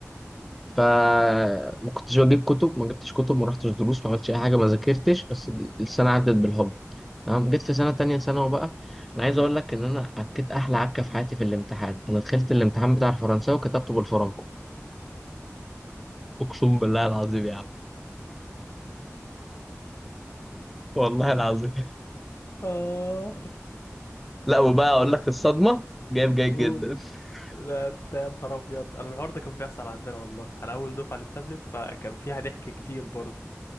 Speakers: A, in the centre; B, on the left.
A: فما كنتش بجيب كتب ما جبتش كتب ما رحتش دروس ما عملتش اي حاجه ما ذاكرتش بس السنه عدت بالحب تمام جيت في سنه تانية ثانوي بقى انا عايز اقول لك ان انا عكيت احلى عكه في حياتي في الامتحان انا دخلت الامتحان بتاع الفرنساوي وكتبته بالفرنكو اقسم بالله العظيم يا عم والله العظيم
B: اه
A: لا وبقى
B: لا
A: اقول
B: ده
A: لك الصدمه جايب جيد
B: قول
A: جدا <laughs>
B: ده انت يا نهار ابيض انا الحوار ده كان بيحصل عندنا والله انا اول دفعه للتابلت فكان فيها ضحك كتير برضه